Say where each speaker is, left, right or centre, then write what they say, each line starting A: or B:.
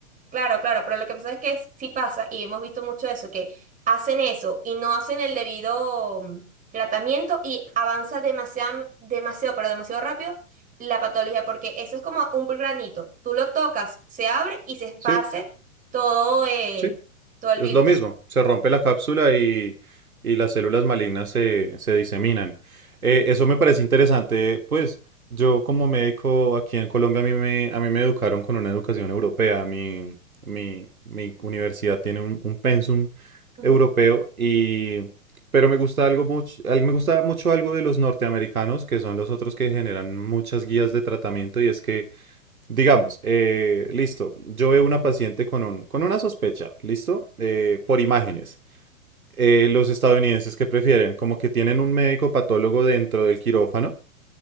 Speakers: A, on the right; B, on the right.
A: Claro, claro, pero lo que pasa es que sí pasa y hemos visto mucho eso, que hacen eso y no hacen el debido mm, tratamiento y avanza demasiado, demasiado, pero demasiado rápido la patología, porque eso es como un granito. Tú lo tocas, se abre y se esparce
B: Sí,
A: todo, eh,
B: sí.
A: todo el
B: Es
A: virus.
B: lo mismo, se rompe la cápsula y, y las células malignas se, se diseminan. Eh, eso me parece interesante, pues yo como médico aquí en Colombia a mí me, a mí me educaron con una educación europea. Mi, mi, mi universidad tiene un, un pensum
A: Ujú.
B: europeo y... Pero me gusta algo mucho, al- me gusta mucho algo de los norteamericanos, que son los otros que generan muchas guías de tratamiento, y es que Digamos, eh, listo, yo veo una paciente con un, con una sospecha, listo, eh, por imágenes. Eh, los estadounidenses que prefieren, como que tienen un médico patólogo dentro del quirófano